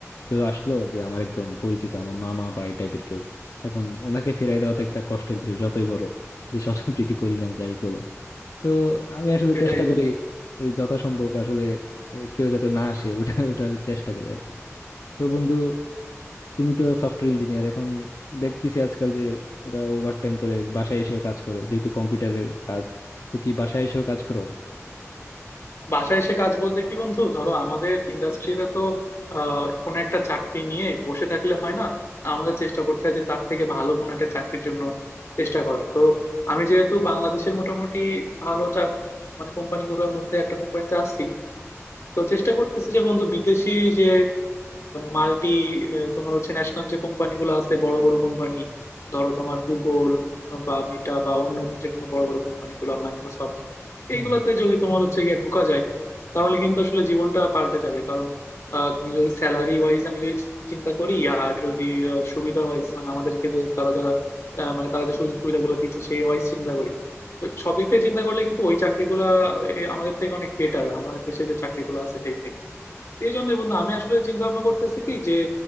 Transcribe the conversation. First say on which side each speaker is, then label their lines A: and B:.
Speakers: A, on the left; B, on the left.
A: কেউ আসলো যে আমার একদম পরিচিত আমার মামা বা এই টাইপের কেউ এখন ওনাকে ফিরাই দেওয়া তো একটা কষ্টের বিষয় যতই বড় যে স্বজন প্রীতি করি না যাই করো তো আমি আসলে
B: সেটাই
A: চেষ্টা
B: বন্ধু
A: করি যত সম্ভব আসলে এ, কেউ যাতে না আসে ওটা ওটার চেষ্টা করি আর কি তো বন্ধু তুমি তো সফটওয়্যার ইঞ্জিনিয়ার এখন দেখতেছি আজকাল যে ওরা ওভারটাইম করে বাসায় এসেও কাজ করে যেহেতু কম্পিউটারের কাজ তো কি বাসায় এসেও কাজ করো
B: বাসায় এসে কাজ বলতে কি বন্ধু ধরো আমাদের ইন্ডাস্ট্রিতে তো আহ, কোনো একটা চাকরি নিয়ে বসে থাকলে হয় না আমাদের চেষ্টা করতে হয় যে তার থেকে ভালো কোনো একটা চাকরির জন্য চেষ্টা করার তো আমি যেহেতু বাংলাদেশের মোটামুটি ভালো চা- মানে কোম্পানিগুলোর মধ্যে একটা কোম্পানিতে আছি তো চেষ্টা করতেছি যে বন্ধু বিদেশি যে মাল্টি তোমার হচ্ছে ন্যাশনাল যে কোম্পানিগুলো আছে বড় বড় কোম্পানি ধরো তোমার গুগল বা মেটা বা অন্য যে কোনো বড় বড় কোম্পানিগুলো মাইক্রোসফট
A: হুম,
B: এইগুলাতে যদি তোমার হচ্ছে গিয়ে ঢুকা যায় তাহলে কিন্তু আসলে জীবনটা পাল্টে যাবে কারণ আহ, তুমি যদি স্যালারি ওয়াইজ আমি যদি চিন্তা করি আর যদি আহ, সুবিধা ওয়াইজ মানে আমাদেরকে যে তারা যারা আহ, মানে তারা যে সুযোগ সুবিধাগুলো দিচ্ছে সেই ওয়াইজ চিন্তা করি তো সব দিক থেকে চিন্তা করলে কিন্তু ওই চাকরিগুলা এ, আমাদের থেকে অনেক বেটার আমাদের দেশে যে চাকরিগুলো আছে সেই থেকে তো এই জন্য বন্ধু আমি আসলে চিন্তা ভাবনা করতেছি কি যে